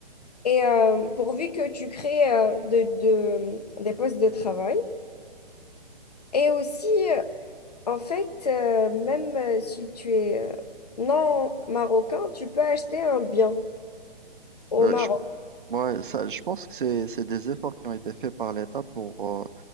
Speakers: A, on the left (about 45°); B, on the right (about 60°).
A: Et euh, pourvu que tu crées euh, de, de- des postes de travail. Et aussi, euh, en fait, euh, même euh, si tu es euh, non marocain, tu peux acheter un bien au
B: Euh,
A: Maroc.
B: je Ouais, ça, je pense que c'est, c'est des efforts qui ont été faits par l'État pour, euh,